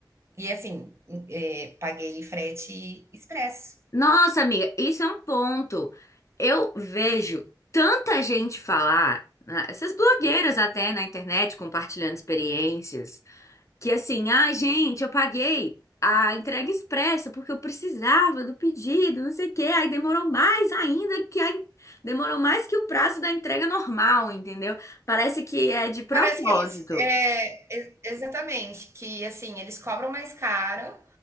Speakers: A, on the right (about 35°); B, on the left (about 40°).
A: E assim, é, paguei frete expresso.
B: Nossa, amiga, isso é um ponto. Eu vejo tanta gente falar, né, essas blogueiras até na internet compartilhando experiências. Que assim, ah, gente, eu paguei a entrega expressa porque eu precisava do pedido, não sei o quê. Aí demorou mais ainda que a... demorou mais que o prazo da entrega normal, entendeu? Parece que é de propósito.
A: Parece que eles. É, exatamente, que assim, eles cobram mais caro